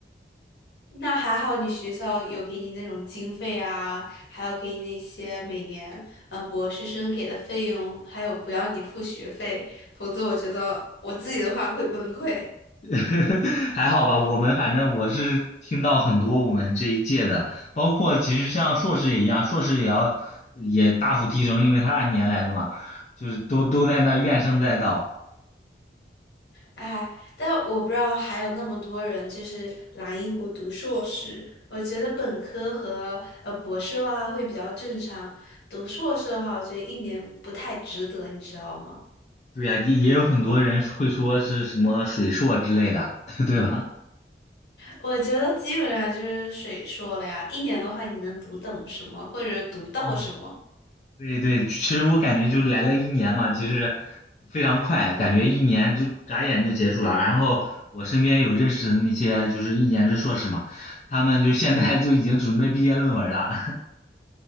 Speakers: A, on the left; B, on the left.
A: 那还好，你学校有给你那种经费啊，还有给你那些每年呃博士生给的费用，还有不要你付学费，否则我觉得我自己的话会崩溃。
B: <laughs> 还好吧，我们反正我是听到很多我们这一届的，包括其实像硕士也一样，硕士也要也大幅提升，因为他按年来的嘛，就是都都在那怨声载道。
A: 哎，但我不知道还有那么多人就是来英国读硕士，我觉得本科和呃博士的话会比较正常，读硕士的话，我觉得一年不太值得，你知道吗？
B: 对呀、也也有很多人会说是什么水硕之类的，<laughs> 对吧？
A: 我觉得基本上就是水说了呀，一年的话你能读懂什么，或者读到什么？
B: 嗯。对对，其实我感觉就来了一年嘛，其实非常快，感觉一年就眨眼就结束了。然后我身边有认识的那些就是一年制硕士嘛，他们就现在就已经准备毕业论文了。<laughs>